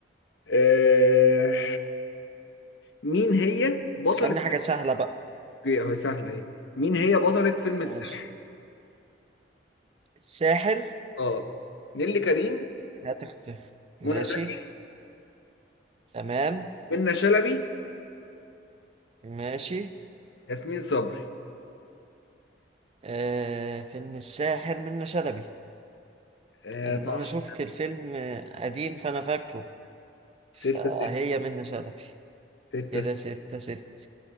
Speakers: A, on the left (about 80°); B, on the right (about 35°).
A: آه... مين هي بطلة
B: اسألني حاجة سهلة بقى
A: اوكي اهي سهله اهي مين هي بطلة فيلم الساحر
B: ماشي الساحر
A: اه نيللي كريم
B: هتختفي ماشي
A: منى زكي
B: تمام
A: منى شلبي
B: ماشي
A: ياسمين صبري
B: آه فيلم الساحر منة شلبي
A: آه
B: لأن
A: صح
B: أنا شفت الفيلم قديم فأنا فاكره
A: ستة
B: فهي
A: ستة
B: منة شلبي
A: ستة
B: كده
A: ستة
B: ستة ستة